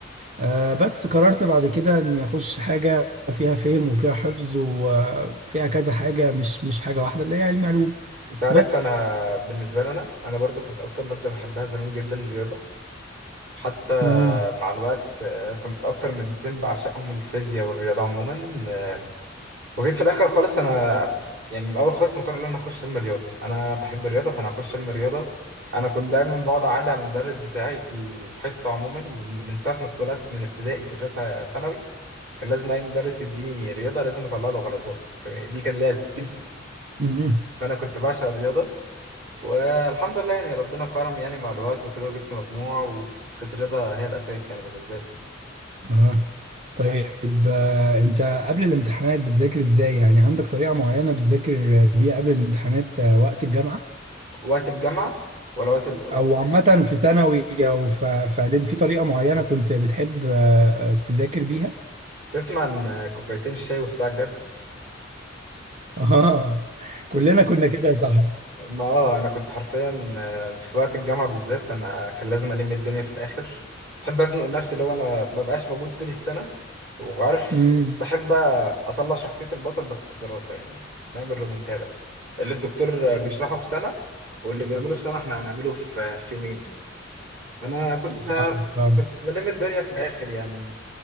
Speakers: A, on the right; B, on the right.
A: آه، بس قررت بعد كده اني اخش حاجه فيها فهم وفيها حفظ وفيها كذا حاجه مش مش حاجه واحده اللي هي علم علوم
B: انت عارف
A: بس
B: انا بالنسبه لي انا انا برضو كنت اكتر ماده بحبها زمان جدا الرياضه حتى
A: امم
B: مع الوقت آه، كنت اكتر مادتين بعشقهم الفيزياء والرياضه عموما آه، وجيت في الاخر خالص انا يعني من الاول خالص مقرر ان انا اخش علم رياضه انا بحب الرياضه فانا هخش علم رياضه انا كنت دايما بقعد اعلي على المدرس بتاعي في الحصه عموما من من ساعه ما اتولدت من ابتدائي لغايه ثانوي كان لازم اي مدرس يديني رياضه لازم اطلع له غلطات دي كان لازم <laughs>
A: امم
B: فانا كنت بعشق الرياضه والحمد لله يعني ربنا كرم يعني مع الوقت وكده وجبت مجموع وكانت الرياضه هي الاساس يعني بالنسبه لي
A: اه طيب آه، انت قبل الامتحانات بتذاكر ازاي يعني عندك طريقه معينه بتذاكر بيها قبل الامتحانات آه، وقت الجامعه
B: وقت الجامعه ولا وقت ال...
A: او عامه في ثانوي او ف- في اعدادي في طريقه معينه كنت بتحب آه، آه، تذاكر بيها
B: تسمع عن كوبايتين الشاي والساعه الجد
A: <laughs> اه كلنا كنا كده يا صاحبي
B: ما اه انا كنت حرفيا آه، في وقت الجامعه بالذات انا كان لازم الم الدنيا في الاخر بحب ازنق نفسي لو انا ما بقاش موجود طول السنه وعارف
A: امم
B: بحب بقى اطلع شخصيه البطل بس في الدراسه يعني نعمل ريمونتادا اللي الدكتور آه، بيشرحه في سنه واللي بيعمله في سنه احنا هنعمله في آه، في يومين فانا كنت
A: فاهم
B: آه،
A: فاهم
B: كنت بلم الدنيا في الاخر يعني